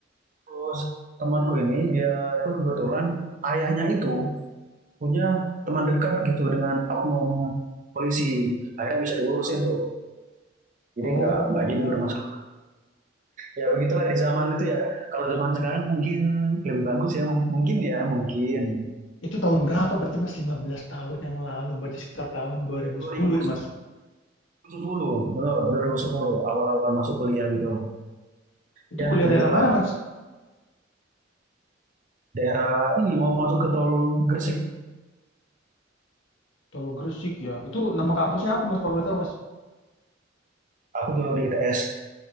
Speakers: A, on the right; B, on the left.
A: Terus temanku ini dia itu kebetulan ayahnya itu punya teman dekat gitu dengan oknum polisi. Akhirnya bisa diurusin tuh. Jadi
B: Oh,
A: nggak nggak jadi bermasalah. Ya begitulah di zaman itu ya. Kalau zaman sekarang mungkin lebih bagus ya. Mungkin ya mungkin.
B: itu tahun berapa berarti, Mas? lima belas tahun yang lalu, berarti sekitar tahun dua ribu
A: dua
B: sepuluh
A: ribu
B: ya, Mas?
A: sepuluh betul 2010 awal-awal masuk kuliah gitu.
B: Itu
A: Ya
B: kuliah
A: begitulah
B: daerah mana, Mas?
A: daerah ini mau masuk ke tol Gresik.
B: Tol Gresik ya? Itu nama kampusnya apa, Mas, kalau boleh tahu, Mas?
A: Aku dulu di ITS.